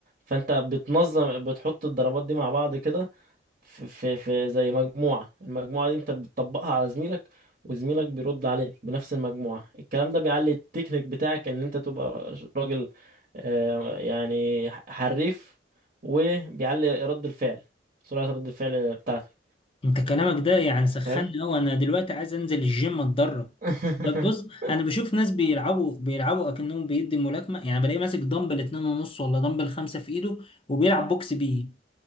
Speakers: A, on the right; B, on the left.
A: فانت بتنظم بتحط الضربات دي مع بعض كده في, في, في زي مجموعة المجموعة دي انت بتطبقها على زميلك وزميلك بيرد عليك بنفس المجموعة الكلام ده بيعلي التكنيك بتاعك ان انت تبقى راجل آه، يعني حريف وبيعلي رد الفعل سرعة رد الفعل بتاعتك
B: انت كلامك ده يعني سخنني
A: فاهم
B: قوي انا دلوقتي عايز انزل الجيم اتدرب
A: <laughs>
B: طب بص انا بشوف ناس بيلعبوا بيلعبوا اكنهم بيدي ملاكمه يعني بلاقي ماسك دمبل اتنين ونص ولا دمبل خمسة في ايده وبيلعب بوكس بيه